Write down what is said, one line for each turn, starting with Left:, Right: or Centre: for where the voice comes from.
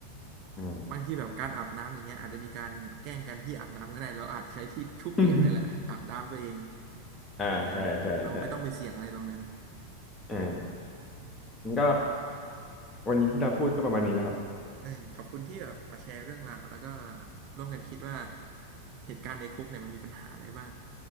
Left: อ
Right: ๆบางทีแบบการอาบน้ำอย่างเงี้ยอาจจะมีการแกล้งกันที่อาบน้ำก็ได้เราอาจจะใช้ที่ชุบเปียกนี่แหละอาบน้ำตัวเอง
Left: ืม <laughs> อ่าใช่ใช่ใช่
Right: เออเราไม่ต้องไปเสี่ยงอะไรตรงนั้น
Left: อ่า
Right: อืม
Left: งั้นก็วันนี้ที่เราพูดก็ประมาณนี้นะครับ
Right: เออขอบคุณที่แบบมาแชร์เรื่องราวแล้วก็ร่วมกันคิดว่าเหตุการณ์ในคุกเนี่ยมันมีปัญหาอะไรบ้าง